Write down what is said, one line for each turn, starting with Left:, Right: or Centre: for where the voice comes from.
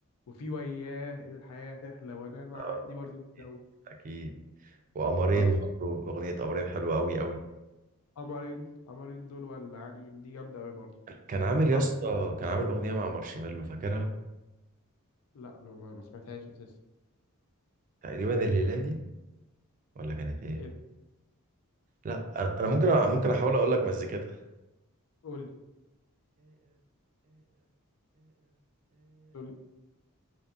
Left: وفي وياه الحياه تحلى وانا مع
Right: آه
Left: دي برضه جامده
Right: اكيد وقمرين
Left: قوي
Right: برضه اغنية قمرين حلوة قوي قوي
Left: قمرين قمرين دول ولا عين دي جامدة أوي برضه
Right: كان عامل يا
Left: عم...
Right: اسطى كان عامل اغنية مع مارشميلو فاكرها
Left: لا ما, ما ما سمعتهاش أساسا
Right: تقريبا الليلة دي ولا كانت ايه
Left: إيه؟
Right: لا انا أنا ممكن ممكن احاول اقول لك مزيكتها
Left: قول قول